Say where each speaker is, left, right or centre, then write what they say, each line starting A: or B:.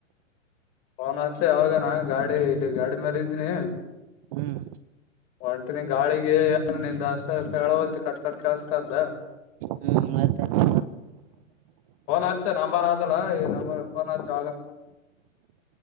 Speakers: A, on the left (about 35°); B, on the right (about 30°).
A: ಫೋನ್ ಹಚ್ಚ ಅವಾಗನ ಗಾಡಿ ಇಲ್ಲಿ ಗಾಡಿ ಮೇಾಲ ಇದನಿ
B: ಹ್ಮ್
A: ಒಂಟಿನಿ ಗಾಳಿಗೆ ನಿನ್ಸ್ ಕೇಳಲ್ತಿ ಕಟ್ ಕಟ್ ಕೆಲ್ಸಕ್ದ
B: ಹ್ಮ್ ಆಯ್ತಾಯ್ತು
A: ಪೊನ್ ಹಚ್ಚ ನಂಬರ್ ಆದಲ್ಲ ಈ ನಂಬರ್ ಫೋನ್ ಹಚ್ಚ ಅವಾಗ